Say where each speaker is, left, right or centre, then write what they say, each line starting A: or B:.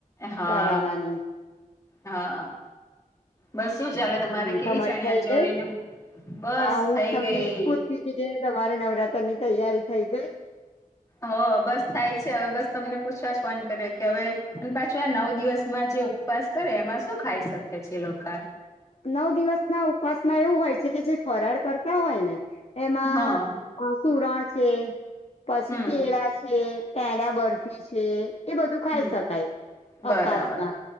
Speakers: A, on the left; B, on the left.
A: હા,
B: કરાવવાની
A: હા. બસ, શું ચાલે? તમારે
B: હમ
A: કેવી
B: તમારી
A: ચણ્યા
B: થઈ
A: ચોરીને
B: ગઈ
A: બસ
B: હા હું
A: થઈ
B: જ તમને
A: ગઈ?
B: એ જ પૂછતી તમારે નવરાત્ર ની તૈયારી થઈ ગઈ.
A: હ, બસ થાય છે હવે. બસ તમને પૂછવા જ ફોન કરે કે હવે પાછું નવ દિવસમાં જે ઉપવાસ કરે એમાં શું ખાઈ શકે છે એ લોકો?
B: નવ દિવસ ના ઉપવાસમાં એવું હોય છે કે જે ફરાળ કરતા હોય ને. એમાં
A: હા
B: સુરણ છે, પછી
A: હમ
B: કેળા. છે, પૈડા બરફી છે. એ બધું ખાઈ
A: હમ
B: શકાય
A: બરાબર
B: કપાસમાં,